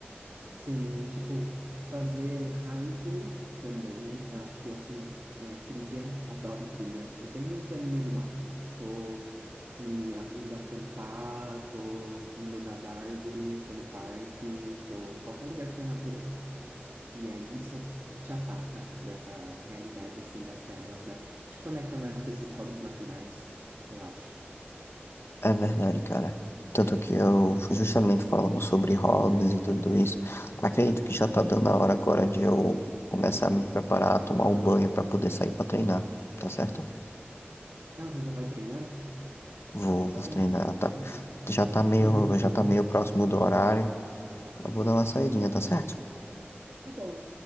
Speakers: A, on the right; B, on the left.
A: sim, tipo, fazer hiking também, eu acho que assim, é trilha, adoro trilha. Eu sempre me enfio no meio do mato. Tô me a- indo acampar, tô no meio das árvores, tô no parque, tô em qualquer lugar que tenha natureza. E é isso te afasta dessa realidade assim das telas, né? Te conecta mais com esses hobbies naturais, eu acho.
B: É verdade, cara. Tanto que eu justamente falando sobre hobbies e tudo isso, acredito que já tá dando a hora agora de eu começar a me preparar, tomar um banho pra poder sair pra treinar, tá certo?
A: Ah, você já vai treinar?
B: Vou,
A: Tá
B: vou
A: bom,
B: treinar, tá?
A: tá bom.
B: Já tá meio,
A: Aproveita o hobby.
B: já tá meio próximo do horário. Eu vou dar uma saidinha, tá certo?
A: Tá bom,